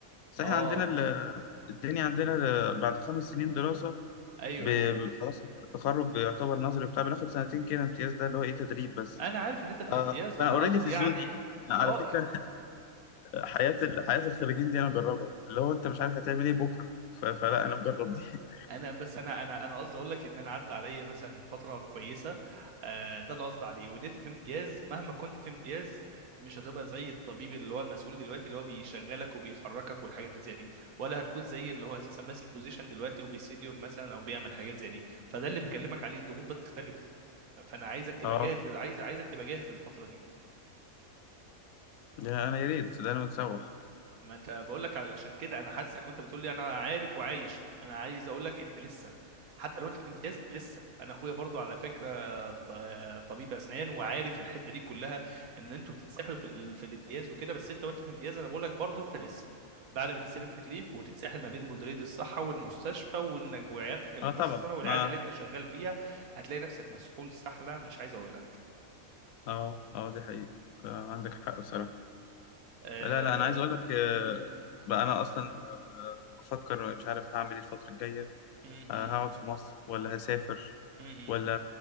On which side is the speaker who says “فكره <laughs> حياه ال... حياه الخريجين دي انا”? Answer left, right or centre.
Left